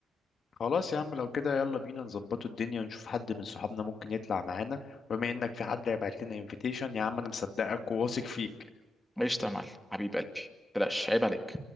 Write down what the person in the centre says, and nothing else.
قشطه يا معلم حبيب قلبي بلاش عيب عليك